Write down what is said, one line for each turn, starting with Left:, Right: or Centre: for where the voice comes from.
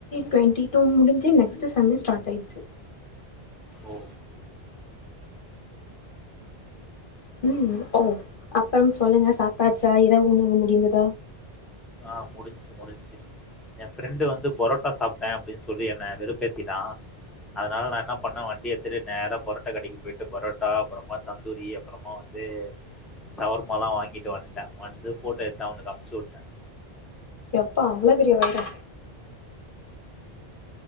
Left: ட்வெண்ட்டி டூ முடிஞ்சு நெக்ஸ்ட் செம்மெ ஸ்டார்ட் ஆயிடுச்சு
Centre: ஓ
Left: ம் ஓ அப்புறம் சொல்லுங்க சாப்டாச்சா இரவு உணவு முடிந்ததா
Centre: ஆ முடிஞ்சு முடிஞ்சு எ ஃப்ரெண்டு வந்து புரோட்டா சாப் மேம் அப்டி சொல்லி என்ன வெறுப்பேத்திட்டான் அதனால நா என்ன பண்ணே வண்டிய எத்துனு நேரா புரோட்டா கடைக்கு போயிட்டு புரோட்டா அப்றமா தந்தூரி அப்றமா வந்து சவர்மாலா வாங்கிட்டு வந்ட்டே வந்து போட்டோ எடுத்து அவனுக்கு எடுத்து அன்ப்ச்சு விட்டே
Left: யப்பா அவள பெரிய வயிரா